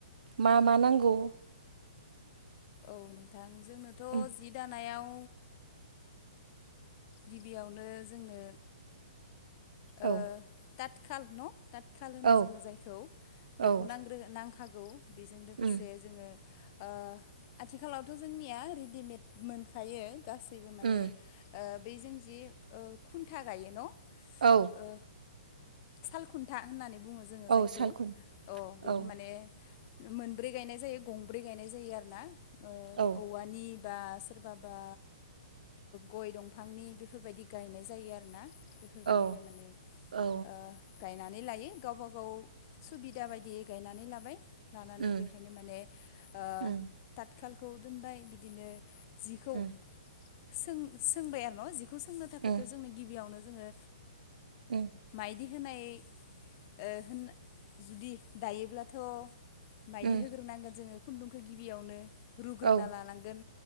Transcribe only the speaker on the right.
मा मा नांगौ?
उम
औ
औ
औ
उम
उम
औ
औ
सालखुन
औ
औ
औ
औ
उम
उम
उम
उम
उम
उम
औ